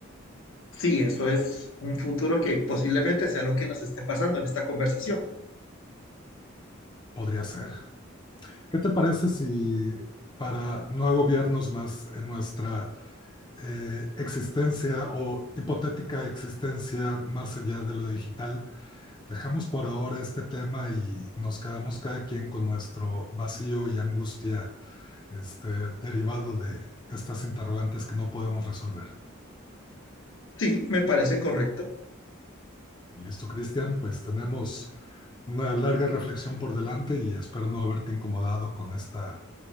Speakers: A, on the left; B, on the left.
A: Sí, eso es un futuro que posiblemente sea lo que nos esté pasando en esta conversación.
B: Podría ser. ¿Qué te parece si para no agobiarnos más en nuestra eh, existencia o hipotética existencia más allá de lo digital, dejamos por ahora este tema y nos quedamos cada quien con nuestro vacío y angustia? este, derivado de estas interrogantes que no podemos resolver.
A: Sí, me parece correcto.
B: Listo, Cristian, pues tenemos una larga reflexión por delante y espero no haberte incomodado con, esta,